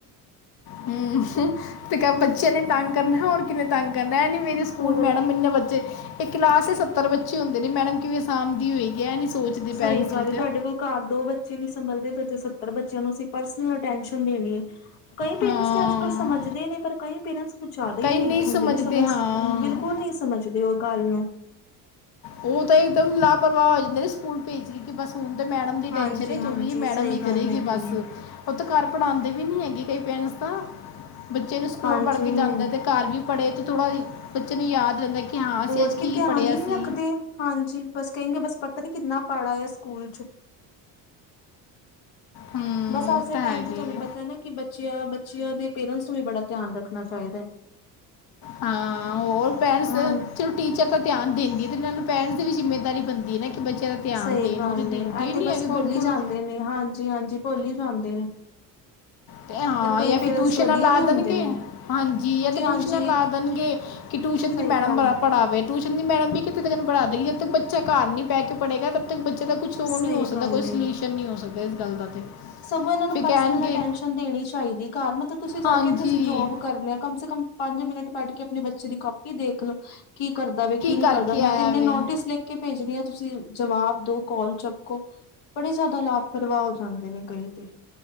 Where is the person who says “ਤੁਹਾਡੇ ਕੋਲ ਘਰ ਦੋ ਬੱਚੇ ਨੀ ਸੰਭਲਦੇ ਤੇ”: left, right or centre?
Left